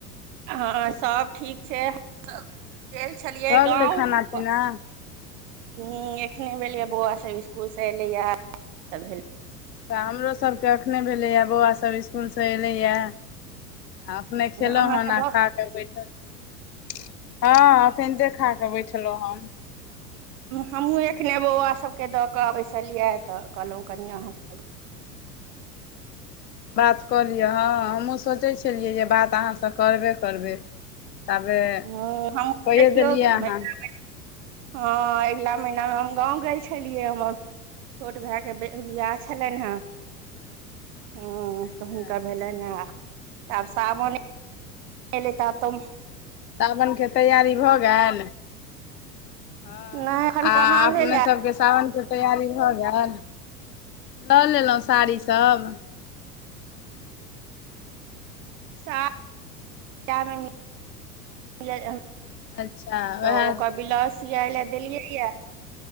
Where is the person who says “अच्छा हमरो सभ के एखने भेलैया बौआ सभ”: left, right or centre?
Left